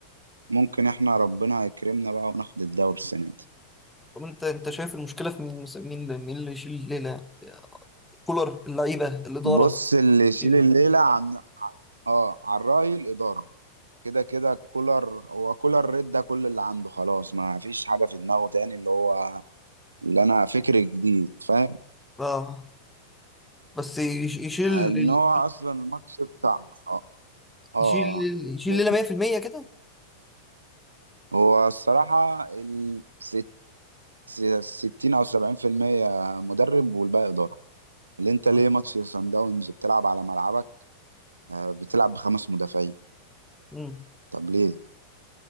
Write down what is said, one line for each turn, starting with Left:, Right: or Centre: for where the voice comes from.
Right: ممكن احنا ربنا يكرمنا بقى وناخد الدوري السنه دي
Centre: طب انت انت شايف المشكله في مين مثلا؟ مين اللي- مين اللي يشيل الليله يعني؟ كولر اللعيبه الاداره
Right: بص اللي يشيل
Centre: إيه؟
Right: الليله عن اه عن راي الاداره كده كده كولر هو كولر رد كل اللي عنده خلاص ما فيش حاجه في دماغه تاني اللي هو اللي انا فكر جديد فاهم
Centre: اه بس يش- يشيل
Right: ان
Centre: ال-
Right: هو اصلا الماتش بتاع اه اه
Centre: يشيل يشيل
Right: آه.
Centre: الليله 100% كده
Right: هو الصراحه ال ست- س- 60 او 70% مدرب والباقي اداره اللي انت ليه
Centre: اه
Right: ماتش سان داونز بتلعب على ملعبك آه، بتلعب بخمس مدافعين
Centre: مم.
Right: طب ليه